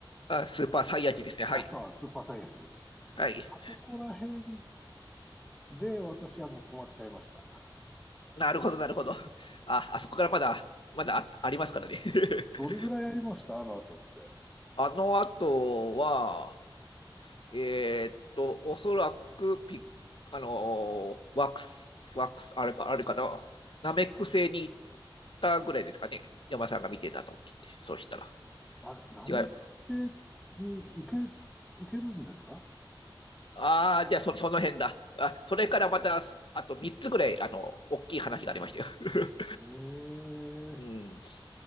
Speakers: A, on the left; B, in the centre.
A: あ、スーパーサイヤ人ですね。はい。
B: あ、そう、スーパーサイヤ人。
A: はい。
B: あそこら辺で私はもう止まっちゃいました。
A: なるほど、なるほど。あ、あそこからまだ、まだあ、ありますからね。<laughs>
B: どれぐらいやりましたあの後って。
A: あの後は、えーっと、おそらくピッ、あのーワックス、ワックス、あれか、あれかな、ナメック星に行ったぐらいですかね。山さんが見てた時って、そうしたら。
B: あれ、ナメック星
A: 違う。
B: に行け、行けるんですか
A: ああ、じゃあそ、その辺だ。あ、それからまた、あと3つぐらい、あの、大きい話がありましたよ。<laughs>
B: ええ。
A: うん。